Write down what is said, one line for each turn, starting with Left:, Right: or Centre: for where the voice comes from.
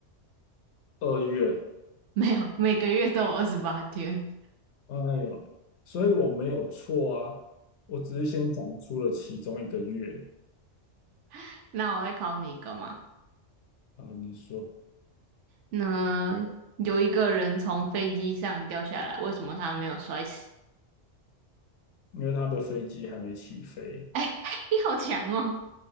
Left: 二月。
Right: <laughs> 没有，每个月都有二十八天。
Left: 哎呦，所以我没有错啊，我只是先讲出了其中一个月
Right: <laughs> 那我再考你一个嘛。
Left: 啊。你说，
Right: 那有一个人从飞机上掉下来，为什么他没有摔死？
Left: 因为他的飞机还没起飞。
Right: <laughs> 哎、你好强哦！